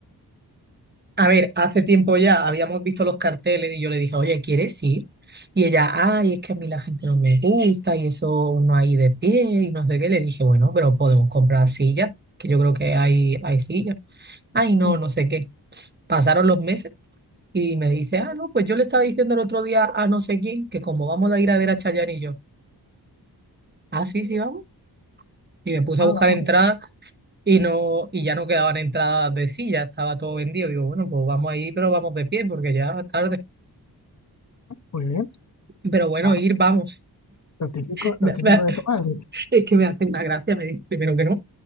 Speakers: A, on the right (about 25°); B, on the left (about 45°).
A: A ver, hace tiempo ya habíamos visto los carteles y yo le dije, oye, ¿quieres ir? Y ella, ay, es que a mí la gente no me gusta y eso uno ahí de pie y no sé qué. Le dije, bueno, pero podemos comprar sillas, que yo creo que hay, hay sillas. Ay, no,
B: Mm,
A: no sé qué. Pasaron los meses y me dice, ah, no, pues yo le estaba diciendo el otro día a no sé quién que como vamos a ir a ver a Chayanne y yo, ah, sí, sí, vamos. Y me puse
B: Ah,
A: a buscar
B: vamos
A: entradas
B: a ver.
A: y no, y ya no quedaban entradas de silla, estaba todo vendido. Digo, bueno, pues vamos ahí, pero vamos de pie porque ya es tarde.
B: Muy bien,
A: Pero bueno,
B: claro.
A: ir, vamos.
B: Lo típico,
A: Me-
B: lo típico
A: me- <laughs>
B: de tomar.
A: es que me hacen una gracia, me dicen primero que no.